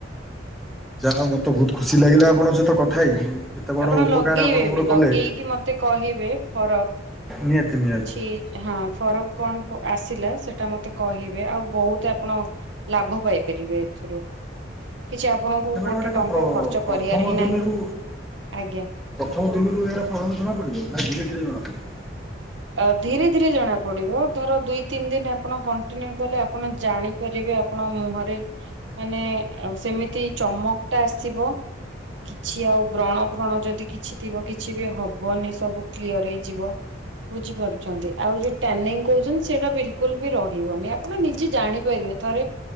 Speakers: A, in the centre; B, on the right (about 80°).
A: ଯାହାହୋଉ ମତେ ବହୁତ ଖୁସି ଲାଗିଲା ଆପଣଙ୍କ ସହିତ କଥା ହେଇକି। ଏତେ ବଡ଼
B: ଆପଣ
A: ଉପକାର
B: ଲଗେଇବେ
A: ଆପଣ ମୋର
B: ବି
A: କଲେ
B: ଲଗେଇକି ମତେ କହିବେ ଫରକ
A: ନିହାତି ନିହାତି
B: କିଛି ହଁ ଫରକ କଣ ଆସିଲା ସେଟା ମତେ କହିବେ ଆଉ ବହୁତ ଆପଣ ଲାଭ ପାଇପାରିବେ ଏଥିରୁ କିଛି ଆପଣଙ୍କୁ
A: ଆଚ୍ଛା ମ୍ୟାଡ଼ାମ
B: ଗୋଟେ
A: ଏଇଟା କଣ
B: ଟଙ୍କା
A: ପ୍ର
B: ଖର୍ଚ୍ଚ
A: ପ୍ରଥମ
B: କରିବାର ହିଁ
A: ଦିନରୁ
B: ନାହିଁ ଆଜ୍ଞା।
A: ପ୍ରଥମ ଦିନରୁ ଏହାର ପ୍ରଥମେ ଜଣା ପଡିବ ନା ଧୀରେ ଧୀରେ ଜଣା ପଡିବ?
B: ଆ ଧୀରେ ଧୀରେ ଜଣା ପଡିବ। ଧର ଦୁଇ ତିନି ଦିନ ଆପଣ କଣ୍ଟିନ୍ୟୁ କଲେ ଆପଣ ଜାଣିପାରିବେ ଆପଣ ମୁହଁରେ ମାନେ ଆଉ ସେମିତି ଚମକଟା ଆସିବ କିଛି ଆଉ ବ୍ରଣ ଫ୍ରଣ ଯଦି କିଛିଥିବ କିଛି ବି ହବନି ସବୁ କ୍ଲିୟର ହେଇଯିବ। ବୁଝିପାରୁଛନ୍ତି ଆଉ ଯୋଉ ଟ୍ୟାନିଙ୍ଗି କହୁଛନ୍ତି ସେଇଟା ବିଲକୁଲ ବି ରହିବନି ଆପଣ ନିଜେ ଜାଣିପାରିବେ ଥରେ